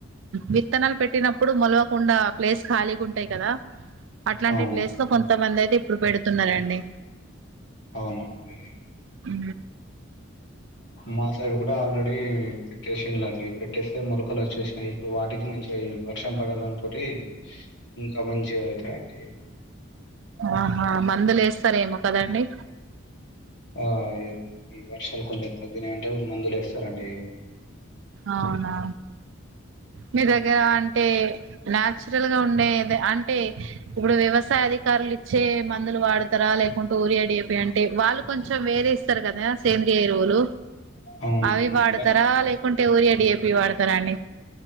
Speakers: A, on the right; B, on the left.
A: విత్తనాలు పెట్టినప్పుడు మొలవకుండా ప్లేస్ ఖాళీగా ఉంటాయి కదా అట్లాంటి
B: అవును
A: ప్లేస్ లో కొంతమందయితే ఇప్పుడు పెడుతున్నారండి
B: అవునా అండి
A: ఆ
B: మా సైడ్ కూడా ఆల్రెడీ పెట్టేసిన్లండీ పెట్టేస్తే మొలకలు వచ్చేసినాయి ఇప్పుడు వాటికి మంచిగా వర్షం పడడం తోటి ఇంక మంచిగా అవుతాయండి
A: ఆహా మందులేస్తారేమో కదండి
B: ఆ ఈ వర్షాలు కొంచెం తగ్గినాయంటె మందులు వేస్తారండి
A: అవునా మీ దగ్గర అంటే న్యాచురల్ గా ఉండేది అంటే ఇప్పుడు వ్యవసాయ అధికారులు ఇచ్చే మందులు వాడతారా లేకుంటే ఊరియా డీఏపీ అంటే వాళ్ళు కొంచెం వేరే చూశారు కదా సేంద్రియ ఎరువులు
B: అవునవును
A: అవి వాడతారా
B: కానీ
A: లే అంటే ఊరియా డిఏపీ వాడతారా అండి